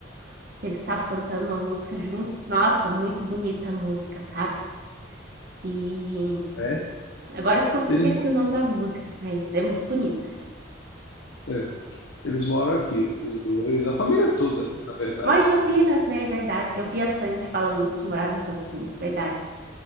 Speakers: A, on the right; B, on the left.
A: que eles estavam cantando uma música juntos. Nossa, muito bonita a música, sabe? E
B: É.
A: agora eu esco-
B: Eles,
A: esqueci o nome da música, mas é muito bonita.
B: é, eles moram aqui, os dois, a família toda, né? Na verdade.
A: Mora em Campinas, né? É verdade. Eu vi a Sandy falando que morava em Campinas, verdade.